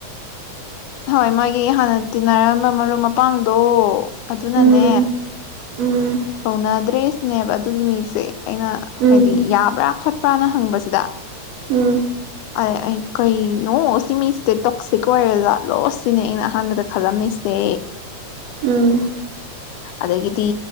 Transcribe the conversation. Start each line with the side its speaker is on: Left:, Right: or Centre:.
Left: ꯍꯣꯏ ꯃꯥꯒꯤ ꯍꯥꯟꯅ ꯇꯤꯟꯅꯔꯝꯕ ꯃꯔꯨꯞ ꯃꯄꯥꯡꯗꯣ ꯑꯗꯨꯅꯅꯦ
Right: ꯎꯝ ꯎꯝ
Left: ꯀꯧꯅꯗ꯭ꯔꯦꯁꯤꯅꯦꯕ ꯑꯗꯨꯒꯤ ꯃꯤꯁꯦ ꯑꯩꯅ
Right: ꯎꯝ
Left: ꯍꯥꯏꯗꯤ ꯌꯥꯕ꯭ꯔꯥ ꯈꯣꯠꯄ꯭ꯔꯥꯅ ꯍ ꯍꯪꯚꯁꯤꯗ
Right: ꯎꯝ
Left: ꯑꯩ ꯑꯩ ꯀꯩꯅꯣ ꯁꯤꯃꯤ ꯁꯦ ꯇꯣꯛꯁꯤꯛ ꯑꯣꯏꯔꯦꯗ ꯂꯣꯁ ꯁꯤꯅꯤ ꯑꯩꯅ ꯑꯍꯥꯟꯕꯗ ꯈꯜꯂꯝꯃꯤꯁꯦ
Right: ꯎꯝ
Left: ꯑꯗꯒꯤꯗꯤ